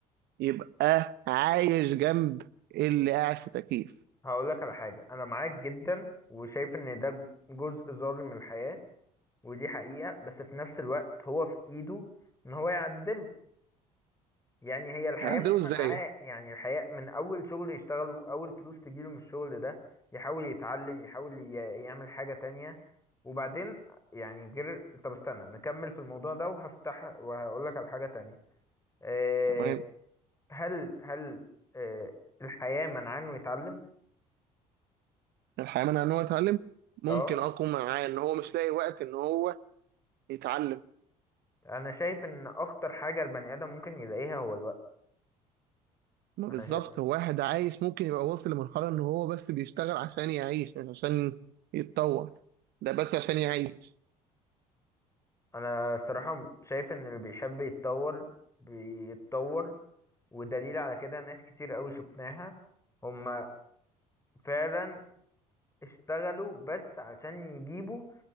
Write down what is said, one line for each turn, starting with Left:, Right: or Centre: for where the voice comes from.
Right: يبقى عايش جنب اللي قاعد في تكييف
Left: هقول لك على حاجة انا معاك جدا وشايف ان ده جزء ظالم من الحياة ودي حقيقة بس في نفس الوقت هو في ايده ان هو يعدله يعني هي الحياة
Right: هعدله
Left: مش منعاه
Right: ازاي
Left: يعني الحياة من أول شغل يشتغله أول فلوس تجيله من الشغل ده يحاول يتعلم يحاول ي- يعمل حاجة تانية وبعدين يعني غير طب استنى نكمل في الموضوع ده وهفتح وهقولك على حاجة تانية أه
Right: تمام
Left: هل هل أه الحياة منعاه إنه يتعلم؟
Right: الحياة منع ان هو يتعلم ممكن
Left: اه
Right: اقوم معاه ان هو مش لاقي وقت ان هو يتعلم
Left: أنا شايف إن أخطر حاجة البني آدم ممكن يلاقيها هو الوقت
Right: ما
Left: أنا
Right: بالظبط
Left: شا...
Right: هو واحد عايش ممكن يبقى واصل لمرحلة ان هو بس بيشتغل عشان يعيش مش عشان يتطور ده بس عشان يعيش
Left: أنا الصراحة شايف إن اللي بيحب يتطور بيتطور ودليل على كده ناس كتير قوي شفناها هم فعلا اشتغلوا بس عشان يجيبوا